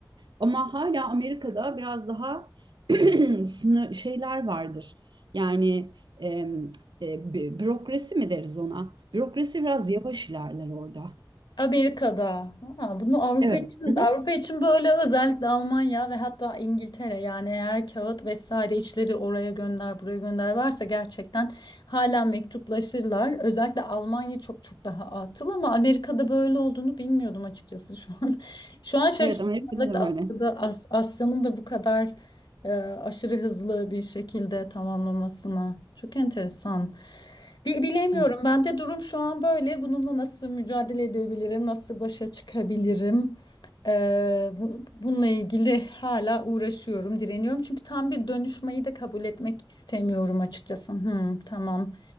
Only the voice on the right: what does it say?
Ama hala Amerika'da biraz daha <clears throat> <laughs> sınır şeyler vardır. Yani em, e, bi- bürokrasi mi deriz ona? Bürokrasi biraz yavaş ilerler orada.
Evet.
<laughs>
Evet Amerika'da
da
böyle.
<laughs>